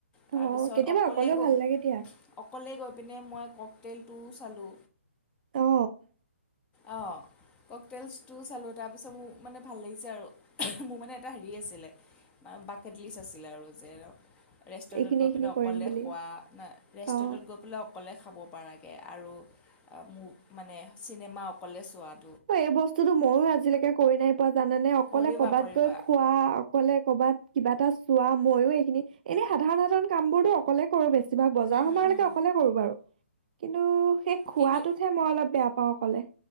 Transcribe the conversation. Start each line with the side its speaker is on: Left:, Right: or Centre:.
Right: অ
Left: তাৰপিছত
Right: কেতিয়াবা
Left: অকলে
Right: অকলেও
Left: গৈ
Right: ভাল লাগে দিয়া।
Left: অকলে গৈ পিনে মই কওক হোটেলটোও চালো
Right: অ
Left: অ, কক টেলছটো চালো তাৰপিছত মোৰ মানে ভাল লাগিছে আৰু মোৰ মানে এটা হেৰি আছিলে পাকেট লিষ্ট আছিলে আৰু যে। ৰেষ্টুৰেণ্টত
Right: এইখিনি
Left: গৈ
Right: এইখিনি
Left: পেলাই অকলে
Right: কৰিম বুলি।
Left: খোৱা না ৰেষ্টুৰেণ্টত
Right: অ
Left: গৈ পেলাই অকলে খাব। পাৰা কে আৰু মোক মানে চিনেমা অকলে চোৱাত
Right: অ, এই বস্তুতো ময়ো আজিলৈকে কৰি নাই পোৱা জানা নে অকলে
Left: কৰিবা
Right: কৰ'বাত
Left: কৰিবা
Right: গৈ খোৱা অকলে কৰ'বাত কিবা এটা চোৱা ময়ো এইখিনি এনেই সাধাৰণ সাধাৰণ কাম বোৰতো অকলে কৰো বেছি। কিবা বজাৰ
Left: উম,
Right: সময়লৈকে
Left: উম।
Right: অকলে কৰো বাৰু। কিন্তু সেই খোৱাটোতহে
Left: কিন্তু
Right: মই অলপ বেয়া পাও অকলে